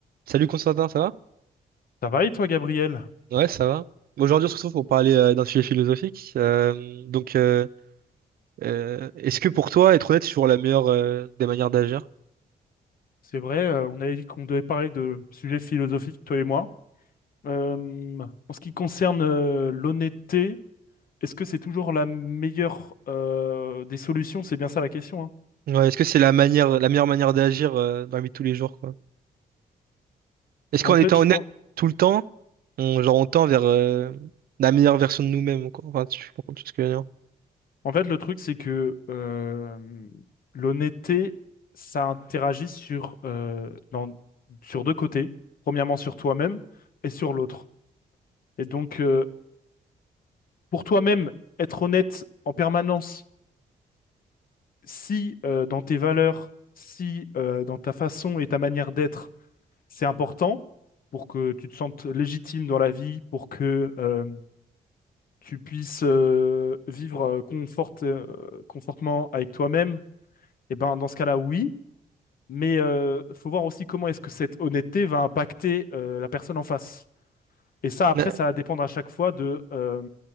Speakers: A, on the right; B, on the left.
A: Salut Constantin, ça va?
B: Ça va et toi, Gabriel?
A: Ouais, ça va. Aujourd'hui, on se retrouve pour parler euh, d'un sujet philosophique. Euh, donc, euh, euh, est-ce que pour toi, être honnête, c'est toujours la meilleure euh, des manières d'agir?
B: C'est vrai, euh, on avait dit qu'on devait parler de sujets philosophiques, toi et moi. Euh, en ce qui concerne euh, l'honnêteté, est-ce que c'est toujours la meilleure euh, des solutions? C'est bien ça la question, hein.
A: Ouais, est-ce que c'est la manière, la meilleure manière d'agir euh, dans la vie de tous les jours, quoi? Est-ce qu'en
B: En fait,
A: étant
B: je
A: honnête
B: pense...
A: tout le temps, on, genre, on tend vers euh, la meilleure version de nous-mêmes, quoi? Enfin, tu comprends tout ce que je veux dire.
B: En fait, le truc, c'est que euh, l'honnêteté, ça interagit sur, euh, dans- sur deux côtés. Premièrement, sur toi-même et sur l'autre. Et donc, euh, pour toi-même, être honnête en permanence si euh, dans tes valeurs, si euh, dans ta façon et ta manière d'être, c'est important pour que tu te sentes légitime dans la vie, pour que euh, tu puisses euh, vivre euh, conforte- euh, confortement avec toi-même, et ben dans ce cas-là, oui. Mais euh, faut voir aussi comment est-ce que cette honnêteté va impacter euh, la personne en face. Et ça, après,
A: Mais,
B: ça va dépendre à chaque fois de euh,